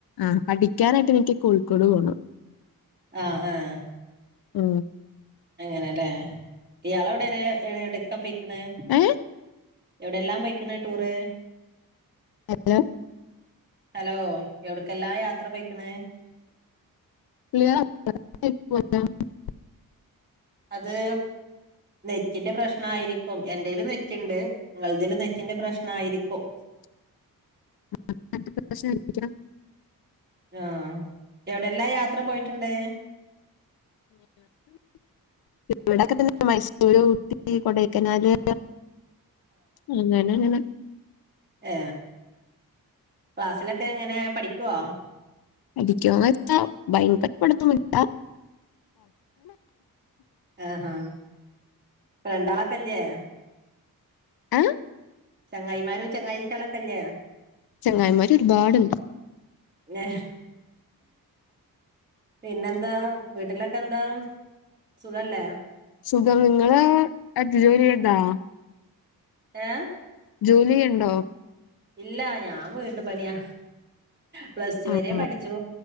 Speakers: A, on the left; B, on the right.
A: ആഹ പഠിക്കാനായിട്ട് എനിക്ക് കോഴിക്കോട് പോണം
B: ആഹ ആഹ
A: ഉ
B: അങ്ങനെലാ ഇയാളോടാരെ എവിടെകാ പൊയ്ക്ണത്
A: ഏ
B: എവിടെയെല്ലാം പോയിക്കു ണ് ടൂറ്
A: ഹലോ
B: ഹലോ എവിടക്കല്ലാ യാത്ര പോയിക്കണ്
A: <unintelligible>
B: അത് നെറ്റിന്റെ പ്രശ്നയിരിക്കും എന്റെൽ നെറ്റ്ണ്ട് ഇങ്ങള്തീൽ നെറ്റിന്റെ പ്രശ്നയിരിക്കും
A: <unintelligible>
B: ആഹ എവിടെല്ലാ യാത്ര പോയിട്ടുണ്ട്
A: തന്നെ <unintelligible> മൈസൂര് ഊട്ടി കൊടക്കനാല് അങ്ങന്നെങ്ങനെ
B: ഏ ക്ലാസ്സിലൊക്കെ എങ്ങനെ പഠിക്കുവോ
A: പഠിക്കുന്നു വെച്ചാൽ ഭയങ്കര പഠിത്തന്നു ഇല്ല
B: ആഹഹ രണ്ടാളൊക്കെല്ലേ
A: ഏഹ്
B: ചങ്ങായിമാരോ ചങ്ങാഴ്ച്ചി ളൊക്കല്ലേ
A: ചെങ്ങായമാര് ഒരുപാടുണ്ട്
B: ഏ പിന്നെന്താ വീട്ടിലൊക്കെ ന്താ സുഖല്ലേ
A: സുഖം, നിങ്ങള്, എറ്റ, ജോലി, ചെയതാ-
B: ഏ
A: ജോലിയുണ്ടോ
B: ഇല്ല ഞാൻ വീട്ടുപണിയാ പ്ലസ്ടു
A: ആഹ്
B: വരെ പഠിച്ചു